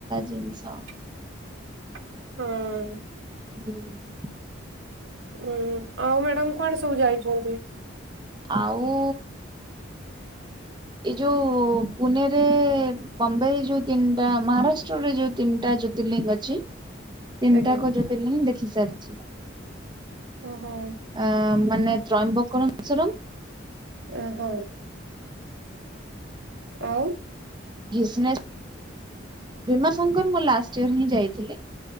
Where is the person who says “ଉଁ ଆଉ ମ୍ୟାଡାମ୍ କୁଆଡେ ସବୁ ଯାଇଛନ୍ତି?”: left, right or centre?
Right